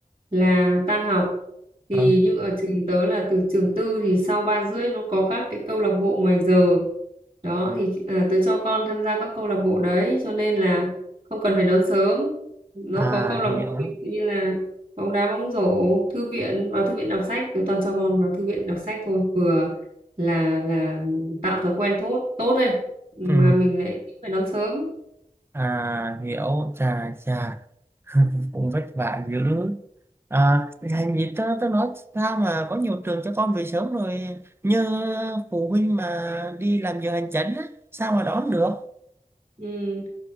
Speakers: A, on the right (about 35°); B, on the right (about 15°).
A: là tan học thì
B: Ờ,
A: nhưng ở trường tớ là từ trường tư thì sau 3 rưỡi nó có các cái câu lạc bộ ngoài giờ đó thì à, tớ cho con tham gia các câu lạc bộ đấy cho nên là không cần phải đón sớm nó
B: à
A: có câu lạc
B: hiểu
A: bộ ví dụ như là bóng đá bóng rổ thư viện vào thư viện đọc sách tớ toàn cho con vào thư viện đọc sách thôi vừa là là tạo thói quen tốt tốt đấy mà
B: ừ,
A: mình lại phải đón sớm
B: à hiểu chà chà <laughs> cũng vất vả dữ à, Thành gì tớ, tớ nói sao mà có nhiều trường cho con về sớm rồi như phụ huynh mà đi làm giờ hành chánh á, sao mà đón được
A: ừ.